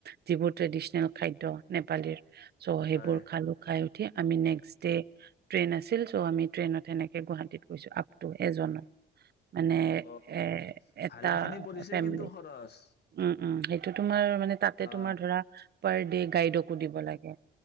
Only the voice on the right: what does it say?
যিবো ট্ৰেডিচনেল খাদ্য, নেপালীৰ চ' সেইবোৰ
খালোঁ, খাই উঠি আমি নেক্স ডে ট্ৰেইন আছিল। চ' আমি টেইনত সেনেকে গুৱাহাটীত গৈছোঁ। এজন, মানে
এ' এটা
ফেমিলি
উ! সেইটো তোমাৰ মানে, তাতে
তোমাৰ ধৰা পাৰ ডে, গাইডকো দিব লাগে